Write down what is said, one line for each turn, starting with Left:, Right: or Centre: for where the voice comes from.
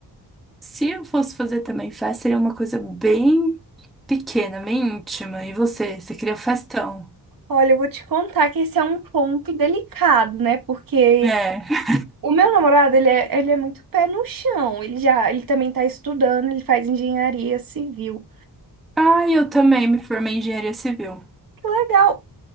Centre: Se eu fosse fazer também festa, seria uma coisa bem pequena, bem íntima. E você? Você queria festão?
Right: Olha, eu vou te contar que esse é um ponto delicado, né? Porque
Centre: É.
Right: o meu namorado, ele é, ele é muito pé no chão. Ele já, ele também tá estudando, ele faz engenharia civil.
Centre: Ah, eu também me formei em engenharia civil.
Right: Que legal.